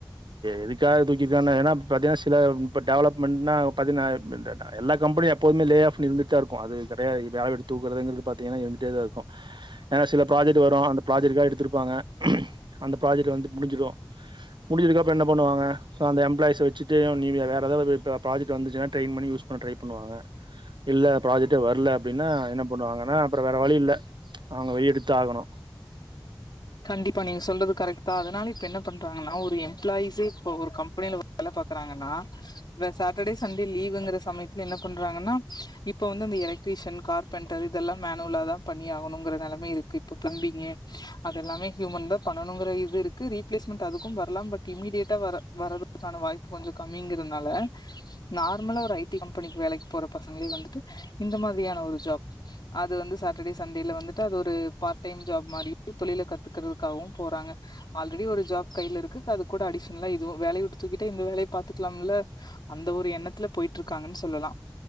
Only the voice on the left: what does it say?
கண்டிப்பா நீ சொல்றது கரெக்டாதா அதனால இப்ப என்ன பண்றாங்கன்னா ஒரு எம்ப்ளாயிஸு இப்ப ஒரு கம்பெனில வேல பாக்குறாங்கன்னா இந்த சாட்டர்டே சண்டே லீவ்ங்கிற சமயத்துல என்ன பண்றாங்கன்னா இப்ப வந்து அந்த எல க்ரீஷன் கார்பென்டர் இதெல்லா மேனுவலா தா பண்ணியாகனுங்கிற நிலைமை இருக்கு இப்ப பிளம்பிங்கு அதுெல்லலாமே ஹியூமன் தா பண்ணனுங்கிற இது இருக்கு ரீளேஸ்மெண்ட் அதுக்கு வர்லா பட் இமீடியேட்டா வர வரதுக்கான வாய் ப்பு கொஞ்சோ கம்மிங்கறதுனால நார்மலா ஒரு ஐ டி கம்பெனிக்கு வேலைக்கு போற பசங்களே வந்துட்டு இந்த மாதிரியான ஒரு ஜாப் அது வந்து சாட்டர்டே சண்டேல வந்துட்டு அது ஒரு பார்ட் டைம் ஜாப் மாரியு கை தொழில கத்துக்கறிறதுக்காகவு போறாங்க ஆல்ரெடி ஒரு ஜாப் கையில இருக்கு அது கூட அடிஷனல்லா இதுவு வேல விடுத்துக்கிட்டட்டு இந்த வேலைய பாத்துக்கலாம்ல அந்த ஒரு எண்ணத்துல போய்ட்டு இருக்காங்கன்னு சொல்லலா